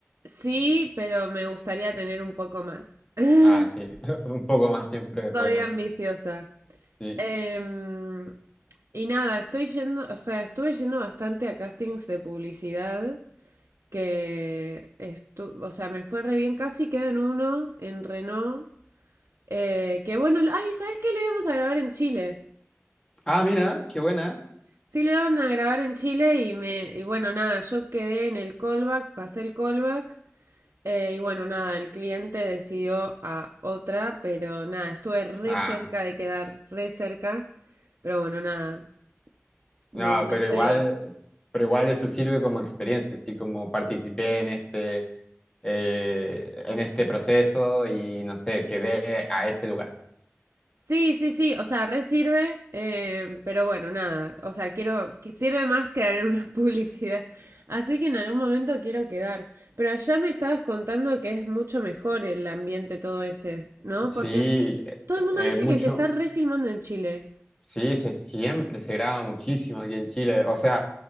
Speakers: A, on the right (about 80°); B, on the left (about 20°).
A: Sí, pero me gustaría tener un poco más.
B: Ah,
A: <laughs>
B: sí. <laughs> Un poco más siempre es
A: Soy
B: bueno.
A: ambiciosa.
B: Sí.
A: Em, y nada, estoy yendo, o sea, estuve yendo bastante a castings de publicidad, que estu- o sea, me fue re bien, casi quedo en uno, en Renault. Eh, que bueno, lo- ay, ¿sabes qué? Lo íbamos a grabar en Chile.
B: Ah, mira, qué buena.
A: Sí, lo iban a grabar en Chile y me, y bueno, nada, yo quedé en el callback, pasé el callback, eh, y bueno, nada, el cliente decidió a otra, pero nada, estuve re
B: Ah,
A: cerca de quedar, re cerca, pero bueno, nada, no,
B: no,
A: no
B: pero
A: se
B: igual,
A: dio.
B: pero igual eso sirve como experiencia, así como participé en este, eh, en este proceso y no sé, quedé a este lugar.
A: Sí, sí, sí, o sea, re sirve, eh, pero bueno, nada, o sea, quiero, que sirve más que dar una <laughs> publicidad, así que en algún momento quiero quedar, pero allá me estabas contando que es mucho mejor el ambiente todo ese, ¿no?
B: Sí,
A: Porque
B: eh,
A: todo el mundo
B: eh,
A: dice
B: mucho.
A: que se está refilmando en Chile.
B: Sí, se, siempre se graba muchísimo aquí en Chile. O sea,